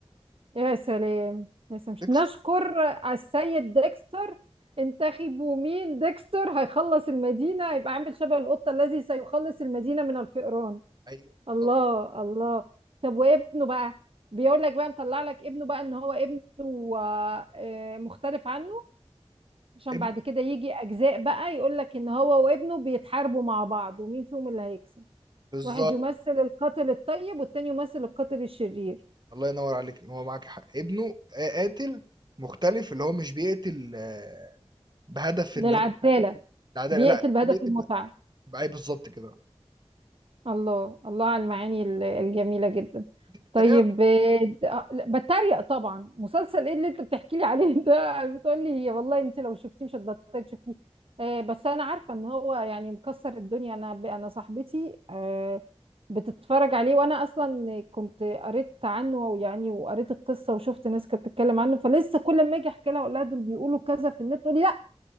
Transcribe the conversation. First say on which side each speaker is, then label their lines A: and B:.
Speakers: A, on the right; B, on the right.
A: يا سلام يا سلام
B: ديكس
A: نشكر السيد ديكستر انتخبوا مين ديكستر هيخلص المدينة هيبقى عامل شبه القطة الذي سيخلص المدينة من الفئران
B: أيوه بالضبط
A: الله الله طب وابنه بقى بيقول لك بقى مطلع لك ابنه بقى ان هو ابنه آه، آه، مختلف عنه عشان
B: ابنه
A: بعد كده يجي اجزاء بقى يقولك ان هو وابنه بيتحاربوا مع بعض ومين فيهم اللي هيكسب
B: بالضبط
A: واحد يمثل القاتل الطيب والتاني يمثل القاتل الشرير
B: الله ينور عليك هو معاك حق ابنه قاتل مختلف اللي هو مش بيقتل آه، بهدف
A: للعدالة
B: اللي هو العدالة
A: بيقتل
B: لا
A: بهدف
B: هو بيقتل
A: المتعة
B: بقى بالظبط كده
A: الله الله على المعاني ال- الجميلة جدا
B: انت بتتريق
A: طيب آه، د- آه، لا، بتريق طبعا مسلسل ايه اللي انت بتحكي لي عليه ده <laughs> بتقول لي والله انت لو شفتيه مش هتبطلي تشوفيه آه، بس انا عارفة ان هو يعني مكسر الدنيا انا ب- انا صاحبتي آه، بتتفرج عليه وانا اصلا كنت قريت عنه ويعني وقريت القصة وشفت ناس كانت بتتكلم عنه فلسه كل ما اجي احكي لها اقول لها دول بيقولوا كذا في النت تقول لي لا